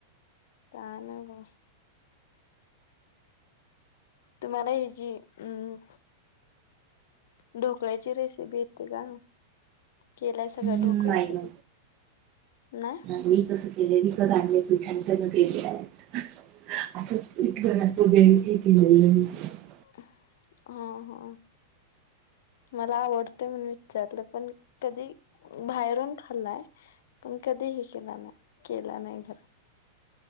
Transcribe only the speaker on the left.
कायना बा तुम्हाला ही जी उम्म ढोकळ्याची रेसिपी येते का? केल्या सगळा
ढोकळा
कधी
नाही
हा हा मला आवडतेंय म्हणु विचारलं. पण कधी बाहेरून खाल्लाय पण कधी हे केला नाही केला नाही घरात.